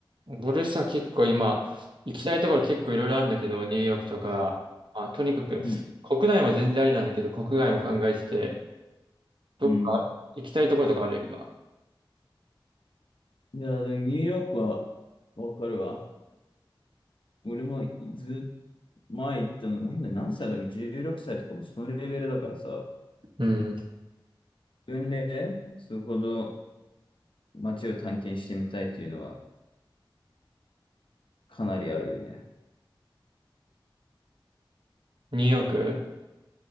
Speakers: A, on the right (about 65°); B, on the left (about 70°).
A: 俺さ、結構今、行きたいところ結構いろいろあるんだけど、ニューヨークとか、まあ、とにかく、
B: うん。
A: 国内も全然ありなんだけど、国外も考えてて、どっか行きたいところとかある、
B: うん
A: 今。
B: いや、でもニューヨークはわかるわ。俺もずっ前行ったの、なんで何歳だっけ ?16 歳とかもそのレベルだからさ、
A: うん。
B: 分類でそこの街を探検してみたいっていうのはかなりあるよね。
A: ニューヨーク